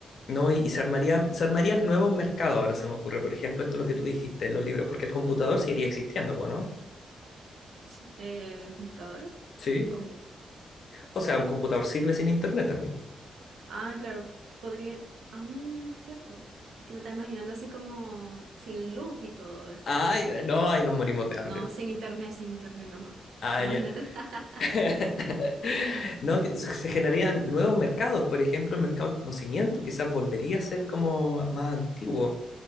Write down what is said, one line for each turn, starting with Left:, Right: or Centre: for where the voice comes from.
Left: No, y, y se armarían, se armarían nuevos mercados, ahora se me ocurre. Por ejemplo, esto es lo que tú dijiste, los libros, porque el computador seguiría existiendo, po, ¿no?
Right: Sí. Eh, ¿los computadores?
Left: Sí.
Right: ¿Cómo?
Left: O sea, un computador sirve sin internet también.
Right: Ah, claro, podría... Ah, mm, cierto. Es que me está imaginando así como sin luz y todo eso.
Left: Ay, no, ay, nos morimos de hambre.
Right: No, sin internet, sin internet nomás.
Left: Ay,
Right: Imagínate.
Left: ya.
Right: <laughs>
Left: <laughs> No, que se se generarían nuevos mercados, por ejemplo, el mercado del conocimiento quizás volvería a ser como más antiguo,